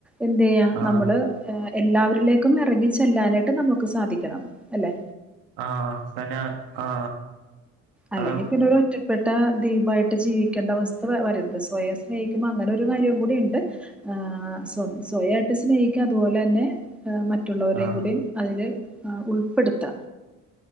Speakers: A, in the centre; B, on the right.
A: എന്തെയ്യാ
B: ആ
A: നമ്മള് ഏ എല്ലാവരിലേക്കും എറങ്ങി ചെല്ലാനായിട്ട് നമുക്ക് സാധിക്കണം അല്ലേ
B: ആഹ് തന്നെ ആ
A: അല്ലെങ്കി
B: അത
A: പിന്നൊര് ഒറ്റ പ്പെട്ട ദീപായിട്ട് ജീവിക്കേണ്ട അവസ്ഥ വ വരര്ത് സ്വയം സ്നേഹിക്ക്മ്പോ അങ്ങനൊര് കാര്യം കൂടിം ഇണ്ട് ആ സ്വ സ്വയായിട്ട് സ്നേഹിക്ക അത്പോലെന്നെ മറ്റുള്ളവരേ
B: ആ
A: കൂടിം അയില് ആഹ് ഉൾപ്പെടുത്താ